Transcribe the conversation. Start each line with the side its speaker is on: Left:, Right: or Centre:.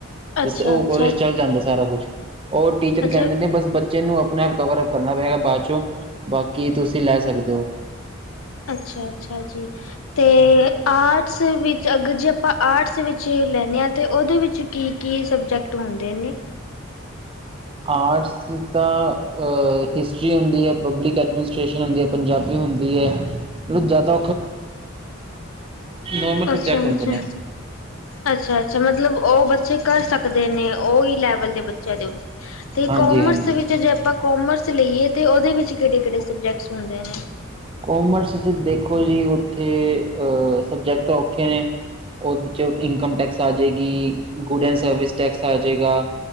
Right: ਤੇ
Left: ਅੱਛਾ
Right: ਉਹ
Left: ਅੱਛਾ
Right: ਕੋਲਜ ਚੱਲ ਜਾਂਦਾ ਸਾਰਾ ਕੁਛ ਉਹ ਟੀਚਰ
Left: ਅੱਛਾ
Right: ਕਹਿੰਦੇ ਨੇ ਬਸ ਬੱਚੇ ਨੂੰ ਆਪਣੇ ਆਪ ਕਵਰ ਅਪ ਕਰਨਾ ਪਏਗਾ ਬਾਅਦ ਚੋਂ ਬਾਕੀ ਤੁਸੀਂ ਲੈ ਸਕਦੇ ਹੋ।
Left: ਅੱਛਾ! ਅੱਛਾ ਜੀ! ਅਤੇ
Right: ਹਾਂਜੀ
Left: ਆਰਟਸ। ਵਿੱਚ ਅਗਰ ਜੇ ਆਪਾਂ ਆਰਟਸ ਵਿੱਚ ਲੈਂਦੇ ਹਾਂ ਤੇ ਉਹਦੇ ਵਿੱਚ ਕੀ ਕੀ ਸਬਜੈਕਟ ਹੁੰਦੇ ਨੇ।
Right: ਆਟਸ ਤਾਂ ਹਿਸਟਰੀ ਹੁੰਦੀ ਪਬਲਿਕ ਐਡਮ ਹਿੰਦੀ ਹੁੰਦੀ ਹੈ, ਪੰਜਾਬੀ ਹੁੰਦੀ ਹੈ। ਮਤਲਬ ਜਿਆਦਾ। ਨੋਰਮਲ ਸਬਜੈਕਟ
Left: ਅੱਛਾ
Right: ਹੁੰਦੇ
Left: ਅੱਛਾ
Right: ਨੇ
Left: ਅੱਛਾ ਅੱਛਾ ਮਤਲਬ ਉਹ ਬੱਚੇ। ਬੱਚੇ ਕਰ ਸਕਦੇ ਨੇ ਉਹੀ ਲੈਵਲ ਦੇ ਬੱਚਿਆਂ ਦੇ। ਤੇ
Right: ਹਾਂਜੀ
Left: ਕੋਮਰਸ
Right: ਹਾਂਜੀ
Left: ਵਿੱਚ ਜੇ ਆਪਾਂ ਕੋਮਰਸ। ਚ ਲਈਏ ਤੇ ਉਹਦੇ ਵਿੱਚ ਕਿਹੜੇ ਕਿਹੜੇ ਸਬਜੈਕਟਸ ਹੁੰਦੇ ਨੇ?
Right: ਕੋਮਰਸ 'ਚ ਦੇਖੋ ਜੀ ਉਹ। ਉੱਥੇ ਸਬਜੈਕਟ ਔਖੇ ਨੇ ਉਹਦੇ 'ਚ ਇਨਕਮ ਟੈਕਸ ਆ ਜਾਵੇਗੀ, ਗੁਡ ਐਂਡ ਸਰਵਿਸ ਟੈਕਸ ਆ ਜਾਵੇਗਾ,